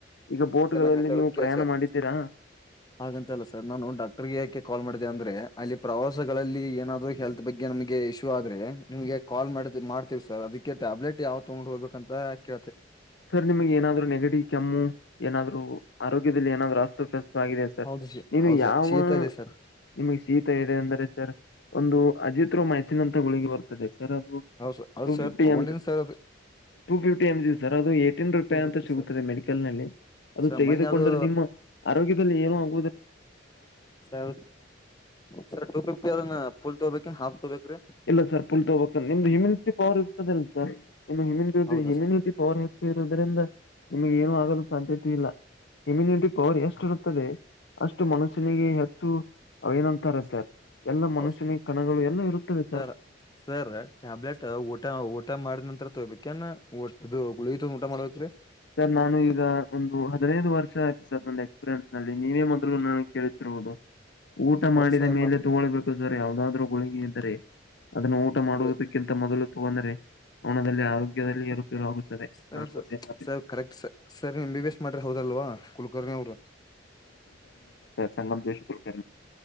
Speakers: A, on the left; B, on the left.
A: ಈಗ ಬೋಟ್ಗಳಲ್ಲಿ
B: ಹೇಳ್ತರದ
A: ನೀವು
B: ಕ
A: ಪ್ರಯಾಣ
B: ಸರ್
A: ಮಾಡಿದ್ದೀರಾ
B: ಹಾಗಂತಲ್ಲ ಸರ್ ನಾನು ಡಾಕ್ಟರ್ಗೆ ಯಾಕೆ ಕಾಲ್ ಮಾಡಿದೆ ಅಂದ್ರೆ ಅಲ್ಲಿ ಪ್ರವಾಸಗಳಲ್ಲಿ ಏನಾದಹೆಲ್ತ್ ಬಗ್ಗೆ ನಮಗೆ ಇಶ್ಯೂ ಆ ಅ್ರ ನಿಮ್ಗೆ ಕಾಲ್ ಮಾಡ ಮಾಡ್ತಿವ್ ಸರ್ ಅದಕ್ಕೆ ಟ್ಯಾಬ್ಲೆಟ್ ಯಾವ್ ತೊಗೊಂಡ್ ಹೋಗ್ಬೇಕ ಅಂತ ಕ
A: ಸರ್ ನಿಮ್ಗೆ ಏನಾದ್ರು ನೆಗಡಿ ಕೆಮ್ಮು ಏನಾದ್ರು ಆರೋಗ್ಯದಲ್ಲಿ ಏನಾದ್ರು ಅಸ್ತೋಪ್ಯಸ್ ಸರ್
B: ಹೌದು ಶೀ
A: ನೀನು
B: ಹೌದು ಸರ್
A: ಯಾವ
B: ಶೀತ ಇದೆ ಸರ್
A: ನಿಮಗ್ ಶೀತ ಇದೆ ಅಂದ್ರೆ ಸರ್ ಒಂದು ಅಜಿತ್ ರೋಮ್ಮ ಹೆಚ್ಚಿನಂತ ಗುಳಗಿ ಬರ್ತಾರೆ ಸರ್ ಅದು
B: ಹೌದು ಸರ್ ಹೌದು
A: ಟು
B: ಸರ್
A: ಫಿಫ್ಟಿ
B: ತಗೊಂಡಿನಿ
A: ಎ
B: ಸರ್ ಅದು
A: ಟು ಫಿಫ್ಟಿ ಎಮ್ ದು ಏಟಿನ್ ರೂಪಾಯಿ
B: ಟೂ
A: ಅಂತ
B: ಫಿಫ್ಟಿ
A: ಸಿಗುತ್ತದೆ
B: ಸರ್
A: ಮೆಡಿಕಲ್ ನಲ್ಲಿ ಅದು
B: ಸರ್
A: ತೆಗೆದುಕೊಂಡ್ರೆ
B: ಮೊನ್ನೆ ಅದು
A: ನಿಮ್ಮ ಆರೋಗ್ಯದಲ್ಲಿ ಏನ ಆಗ
B: ಸರ್ ಸರ್ ಟು ಫಿಫ್ಟಿ ಅವನ್ನ ಪುಲ್ ತಗಬೇಕ ಹಾಫ್ ತಗೋಬೇಕ್ರಿ
A: ಇಲ್ಲ ಸರ್ ಪುಲ್ ತಗಬೇಕ ನಿಮ್ದು ಹ್ಯಮ್ಯಿನಿಟಿ ಪವರ್ ಇರ್ತದಲ್ಲ ಸರ್ ನಿಮ ಹಮಟಿ
B: ಹೌದಾ
A: ಹಿಮ್ಯುನಿಟಿ
B: ಸರ್
A: ಪವರ್ ಹೆಚ್ಚು ಇರುದ್ರರಿದ ನಿಮಗೆ ಏನು ಆಗಲು ಸಾಧ್ಯತೆ ಇಲ್ಲ ಇಮ್ಯುನಿಟಿ ಪವರ್ ಎಷ್ಟು ಇರುತ್ತದೆ ಅಷ್ಟು ಮನುಷ್ಯನಿಗೆ ಹೆಚ್ಚು ನಂತರ ಸರ್ ಎಲ್ಲ ಮನುಷ್ಯನಿಗೆ
B: ಹೌದು
A: ಕಣಗಳು ಎಲ್ಲ ಇರುತ್ತವೆ
B: ಸರ್ ಸರ್ ಟ್ಯಾಬ್ಲೆಟ್ ಊಟ ಊಟ ಮಾಡಿದ ನಂತತ್ರ ತೊಬೇಕ ನ್ ಒಟ್ ಇದು ಗುಳಿ ಊಟ ಮಾಡಬೇಕ ರೀ
A: ಸರ್ ನಾನು ಈಗ ಒಂದು ಹದಿನೈದು ವರ್ಷ ಆಯ್ತು ಸರ್ ನನ್ನ ಎಕ್ಸ್ಪೀರಿಯನ್ಸ್ ನಲ್ಲಿ ನೀವೇ ಮೊದ್ಲು ನ ಕೇಳರ ಊಟ
B: ಹೌದು
A: ಮಾಡಿದ
B: ಸರ್
A: ಮೇಲೆ ತಗೊಳ್ಬೇಕು ಸರ್ ಯಾವದಾದ್ರು ಗುಳಿಗೆ ಇದ್ದರೆ ಅದನ್ನು ಊಟ
B: ನಾ
A: ಮಾಡುವುದಕ್ಕಿಂತ ಮೊದಲು ತು ಅಂದ್ರೆ ಹಣದಲ್ಲಿ ಆರೋಗ್ಯದಲ್ಲಿ ಇರುತ್ತ ಶುರು ಆುತ್ತದೆ
B: ಸರ್
A: ನಾನು
B: ಸರ್
A: ಒ
B: ಸರ್ ಕರೆಕ್ಟ್ ಸ ಸರ್ ನೀವು ಎಂ ಬಿ ಎಸ್ ಮಾಡ್ರೆ ಹೌದಲ್ವಾ ಕುಲಕರ್ಣಿ ಅವ್ರು
A: ಸಂಗಮದ ಶುಕುರ್ಕಿ